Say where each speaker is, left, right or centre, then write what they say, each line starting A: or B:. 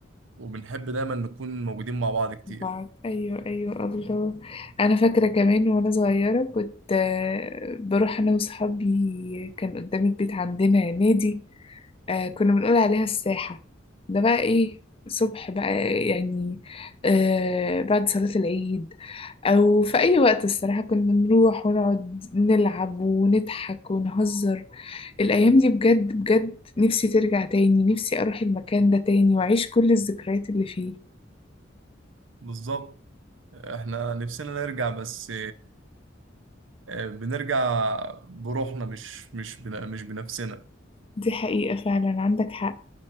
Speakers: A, on the right; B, on the left.
A: وبنحب دايما نكون موجودين مع بعض كتير
B: بعد ايوه ايوه الله انا فاكره كمان وانا صغيره كنت آه، بروح انا وصحابي كان قدام البيت عندنا نادي آه كنا بنقول عليها الساحة ده بقى إيه صبح بقى يعني آه بعد صلاة العيد أو في أي وقت الصراحة كنا نروح ونقعد نلعب ونضحك ونهزر الأيام دي بجد بجد نفسي ترجع تاني نفسي أروح المكان ده تاني وأعيش كل الذكريات اللي فيه
A: بالظبط احنا نفسنا نرجع بس آه، بنرجع بروحنا مش مش بن- مش بنفسنا
B: دي حقيقة فعلا عندك حق